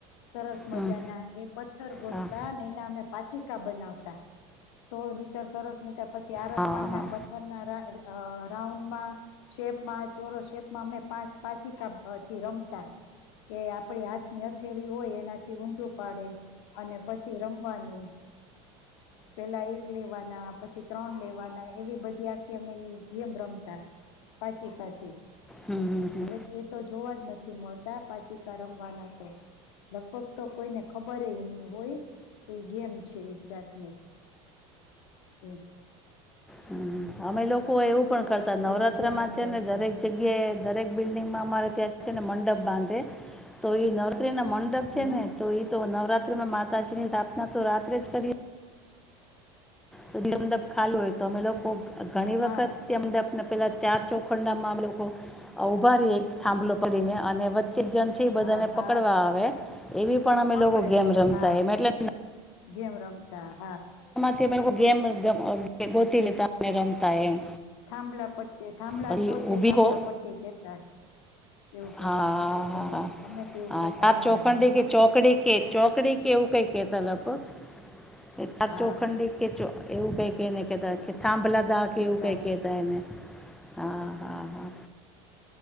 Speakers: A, on the left (about 80°); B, in the centre.
A: સરસ મજા
B: હમ
A: ના એ પથ્થર ગોતતા
B: હા
A: એના અમે પાચી બનાવતા, તો નતર સરસ મ પછી આરસ
B: હા
A: પાડના
B: હા
A: પથ્થરના અ રાઉન્ડમાં, શેપમાં ચોરો શેપમાં અમે પાંચ પાચી કાથી રમતા. કે આપડી હાથ ની અથેળી હોય એના થી ઊંધું પાડે અને પછી રમવાનું. પેલા એક લેવાના, પછી ત્રણ લે બનાઈ એવી બધી આખી અમે ઈ ગેમ રમતા પાચિકાથી.
B: હમ્મ-હમ્મ-હમ્મ.
A: હવે તો જોવા જ નથી મળતા પાચિકા રમવાના તો, લગભગ તો કોઈને ખબર એય નહી હોય. હોય. કે ગેમ છે એક જાતની એમ.
B: હમ્મ. અમે લોકો એવું પણ
A: આવી
B: કરતા
A: આવી
B: નવરાત્રામાં
A: બધી ગેમો અમે
B: છે
A: રમતા
B: ને દરેક જગ્યાએ દરેક બિલ્ડિંગમાં અમારે ત્યાં છેને મંડપ બાંધે તો ઈ નર <unintelligible> ના મંડપ
A: હમ
B: છે ને, તો ઈ તો નવરાત ત્રામાં મા માતાજીની સાપ ના તો રાત્રે જ કરીએ તો <unintelligible> મંડપ ખાલી હોય તો અમે લોકો ઘણી
A: હા
B: વખત <unintelligible> પેલા ચાર ચોખંડામાં અમે લોકો ઊભા રેયે એક થાંભલો પડીને અને વ એક જણ છે એ
A: હા
B: બધાને
A: હા
B: પકડવા આવે. એવી પણ અમે
A: પકડે
B: લોકો ગેમ રમતાય
A: હા
B: એમ એટલે
A: ગેમ રમતા હ.
B: તે મે લોકો ગેમ ગોતી લેતા અને રમતા એમ.
A: થાંભલા પટ્ટી થાંભલા
B: પછી
A: ચોર કે
B: ઊભી
A: થાંભલા
B: ખો
A: પટ્ટી કેતા. એવું કઈક
B: હા હા
A: એને
B: હા
A: અમે તો એવું
B: હા
A: કેતા
B: તાર
A: અમારા
B: ચોખંડી
A: ગામમાં
B: કે ચોકડી કે ચોકડી કેવું કઈ કે તલાપત <unintelligible> એ તાર
A: હા
B: ચોખંડી કે ચ <unintelligible> એવું કઈકે એને કેતા સાંભલા દા કે
A: કેતા
B: એવું કં કતા એને, હા હા. હા.